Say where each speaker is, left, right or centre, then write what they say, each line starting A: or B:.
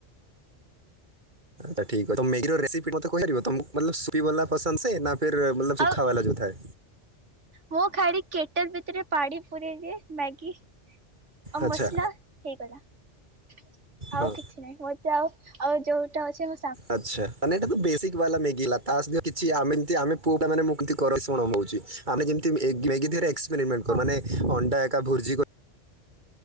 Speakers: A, on the right; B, on the right.
A: ତ ଠିକ୍ ମେଗିର ରେସିପି ମତେ କହିପାରିବ ତମକୁ ମତଲବ ସୁପି ବାଲା ପସନ୍ଦ ସେ ନା ଫେର ମତଲବ ସୁୁଖା
B: ଆଉ
A: ବାଲା ଯଉଥାଏ।
B: ମୁଁ ଖାଲି କେଟଲ ଭିତରେ ପାଣି ପୁରେଇଦିଏ ମ୍ୟାଗି ଆଉ
A: ଆଚ୍ଛା
B: ମସଲା ହେଇଗଲା ଆଉ
A: ହଁ
B: କିଛି କିଛି ନାହିଁ ମତେ ଆଉ ଆଉ ଯୋଉଟା ଅଛି ଯେ
A: ଆଚ୍ଛା‌। ମାନେ ଏଇଟା ତ ବେସିକ ବାଲା ମେଗି ହେଲା ତା ସହିତ କିଛି ଆମେ <unintelligible> ଆମେ ପୁଅ ପିଲା ମାନେ <unintelligible> କର ଶୁଣ ମୁଁ ହଉଚି। ଆମେ ଯେମତି ଏଗ୍ ମେଗି ଦିହରେ ଏକ୍ସପେରିମେଣ୍ଟ କରୁ
B: ଓ
A: ମାନେ ଅଣ୍ଡା ଏକା ଭୃଜି କର୍